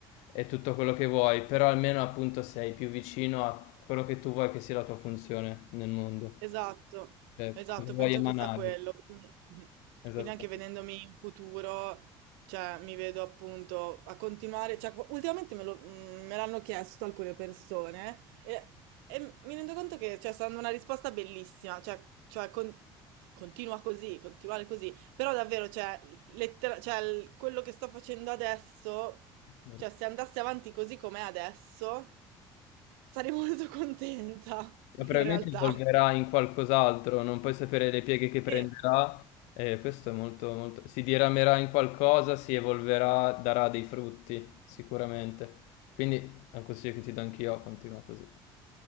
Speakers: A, on the left; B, on the right.
A: e tutto quello che vuoi, però almeno appunto sei più vicino a quello che tu vuoi che sia la tua funzione nel mondo,
B: Esatto,
A: cioè
B: esatto,
A: cosa vuoi
B: penso
A: emanare.
B: che sia quello. Quindi, mhm.
A: Esattamente.
B: Quindi anche vedendomi in futuro, cioè, mi vedo appunto a continuare. cioè, qu- ultimamente me lo- mm, me l'hanno chiesto alcune persone e, e mi rendo conto che cioè, sta dando una risposta bellissima. Cioè, cioè, con- continua così, continuare così. Però davvero, cioè, lettera- cioè, il- quello che sto facendo adesso,
A: certo.
B: cioè, se andassi avanti così com'è adesso, sarei <laughs> molto contenta,
A: Ma probabilmente
B: in realtà.
A: evolverà in qualcos'altro, non puoi sapere le pieghe che prenderà,
B: Sì.
A: e questo è molto, molto... Si diramerà in qualcosa, si evolverà, darà dei frutti, sicuramente. Quindi è un consiglio che ti do anch'io, continua così.